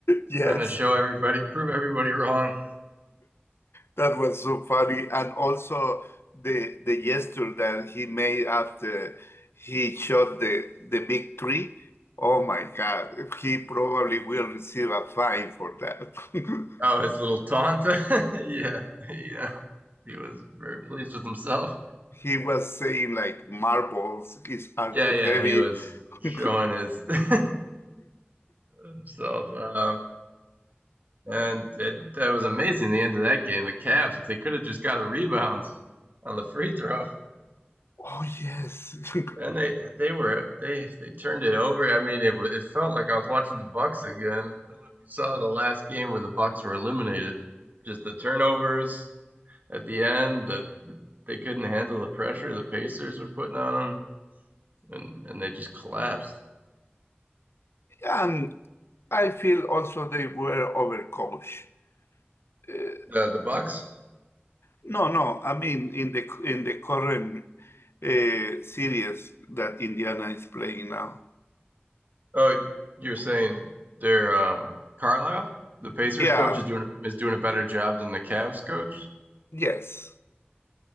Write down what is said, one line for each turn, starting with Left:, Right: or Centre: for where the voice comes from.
Left: Yes,
Right: trying to show everybody, prove everybody wrong.
Left: that was so funny, and also the the gesture that he made after he shot the the big tree. Oh my God, he probably will receive a fine for that. <laughs>
Right: Oh, his little taunt. <laughs> yeah, yeah, he was very pleased with himself.
Left: He was saying like marbles is are
Right: Yeah,
Left: too
Right: yeah,
Left: heavy.
Right: he was showing
Left: <laughs>
Right: his <laughs> himself. Um, and it, that was amazing. The end of that game, the Cavs, if they could have just got a rebound on the free throw.
Left: Oh yes. <laughs>
Right: And they they were they they turned it over. I mean, it was it felt like I was watching the Bucks again. I don't know if you saw the last game where the Bucks were eliminated. Just the turnovers at the end, the they couldn't handle the pressure the Pacers were putting on them, and and they just collapsed.
Left: And I feel also they were overcoached. Uh,
Right: The the Bucks?
Left: no, no, I mean in the in the current uh, series that Indiana is playing now.
Right: Oh, you're saying they're um, Carlisle? The Pacers
Left: Yeah,
Right: coach is doing a- is doing a better job than the Cavs
Left: y-
Right: coach?
Left: yes,